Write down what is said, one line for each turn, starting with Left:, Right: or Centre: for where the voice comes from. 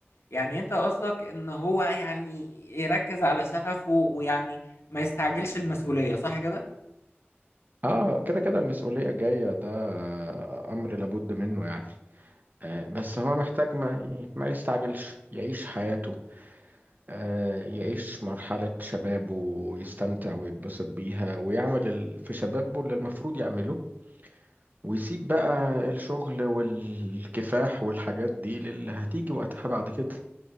Left: يعني انت قصدك ان هو يعني يركز على شغفه ويعني ما يستعجلش المسؤوليه صح كده
Right: اه كده كده المسؤولية جاية ده امر لابد منه يعني آه، بس هو محتاج ما ي- ما يستعجلش يعيش حياته آه، يعيش مرحلة شبابه ويستمتع ويتبسط بيها ويعمل ال- في شبابه اللي المفروض يعمله ويسيب بقى الشغل والكفاح والحاجات دي للي هتيجي وقتها بعد كده